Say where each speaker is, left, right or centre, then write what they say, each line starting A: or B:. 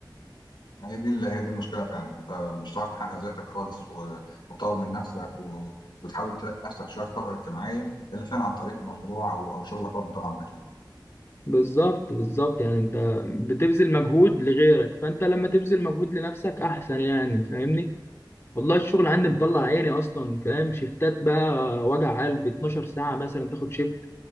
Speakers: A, on the left (about 80°); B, on the left (about 30°).
A: هي دي اللي هي دي المشكله فعلا انت مش هتعرف تحقق ذاتك خالص و- وتطور من نفسك و... وتحاول تلاقي نفسك شويه في طبقه اجتماعيه الا فعلا عن طريق مشروع او او شغل حر طبعا اكيد
B: بالظبط بالظبط يعني انت بتبذل مجهود لغيرك فانت لما تبذل مجهود لنفسك احسن يعني فاهمني والله الشغل عندي مطلع عيني اصلا فاهم شيفتات بقى وجع قلب 12 ساعه مثلا تاخد شيفت